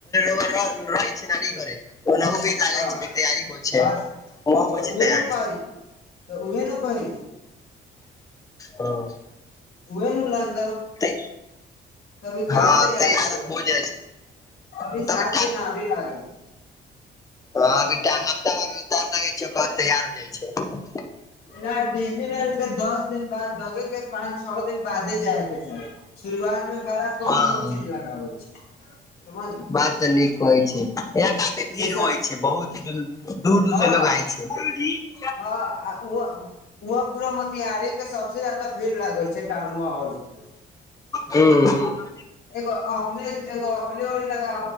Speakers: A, on the left; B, on the left.
A: ओ रहि छै नानी घरे ओनाहो भी लागै
B: हँ
A: छै तैयारी हो छै
B: हँ
A: वहुं
B: तऽ उहे
A: होइ छै तैयारी
B: ने कहै तऽ उहे न कहै छी
A: हँ
B: ओहे नु लग
A: ते-
B: कभी
A: हँ,
B: कहां तैयारी
A: तैयार अब हो जाइ छै
B: अभी सात
A: तभी
B: दिन आबी <unintelligible> लागै <unintelligible>
A: ब <unintelligible> हफ्ता
B: हँ
A: मे <unintelligible> अभी टाइम लगै छै ओकर तैयार हो जाइ छै
B: नहि डिजनीलैंड के दस दिन बाद लगे के पाँच छौ दिन बादे जाय के चाही शुरुआत मे बड़ा कम
A: हँ
B: कम चीज लगाबै छै समझली
A: बात तऽ नीक कहै छियै यहाँ काफी भीड़
B: जैसे
A: होइ छै बहुत दूर दूर
B: हँ
A: से लोग आय छै घरी <unintelligible>
B: हँ आ उहो उहो <unintelligible> पूरा मोतिहारी के सबसे जादा भीड़ लागे छै टाउनवा <unintelligible> हॉल पे <inaudible>
A: हूंम्म हूंम्म
B: एगो अपने एगो अपने ओरी <unintelligible> लगा